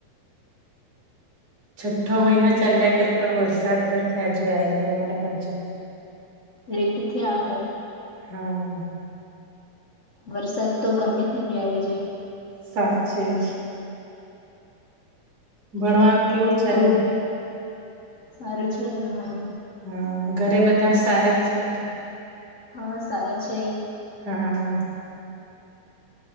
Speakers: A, on the right (about 50°); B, on the left (about 45°).
A: છઠ્ઠો મહિના ચાલ્યા કરે પણ વરસાદ નથી આ જો આવ્યો અમારા બાજુ
B: લેટ થી આ હ
A: હા
B: વરસાદ તો ગમે ત્યારે આવી જાય
A: સાચે જ ભણવાન કે કેવું ચાલે
B: તો સારું છે ભણવાનું
A: હા ઘરે બધા સારા છે કે
B: હા સારા છે
A: હા